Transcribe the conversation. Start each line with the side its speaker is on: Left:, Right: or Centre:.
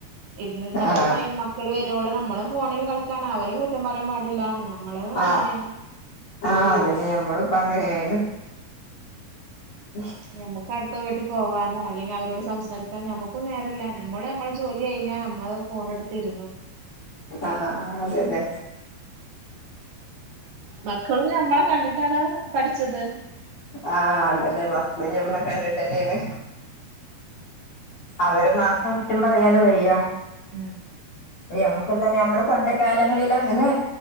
Right: ഇ നമ്മുടെ
Left: ആ
Right: ടൈ മക്കള് വ രോളും നമ്മളും ഫോണിൽ കളിക്കാണ് അവരും കുറ്റം പറയാാൻ പാടില്ല നമ്മള്
Left: ആ
Right: അങ്ങനെയാണ്
Left: ആ അതല്ലേ നമ്മളും ഇപ്പ അങ്ങനെയായാണ് <unintelligible>
Right: നമ്മക്ക് അടുത്ത വീട്ടിൽ പോവാനോ അല്ലെങ്കിൽ അവരോട് സംസാരിക്കാനോ മ്മക്കും നേരല്ലേ നമ്മള് നമ്മള് ജോലി കഴിഞ്ഞാ നമ്മള് ഫോണ എടുത്തിരുന്നു
Left: ആ ആ അതല്ലെ
Right: മക്കള് നമ്മളെ കണ്ടിട്ടാണ് പഠിച്ചത്
Left: ആ അതന്നെ മക്കള ഞമ്മളെ കണ്ടിട്ട് തന്നെയാണ് അവര് മാത്രം കുറ്റം പറയാനും വഴിയ
Right: ആ
Left: നമുക്ക എന്തന്ന നമ്മള് പണ്ട് കാലങ്ങളിൽ അങ്ങനെ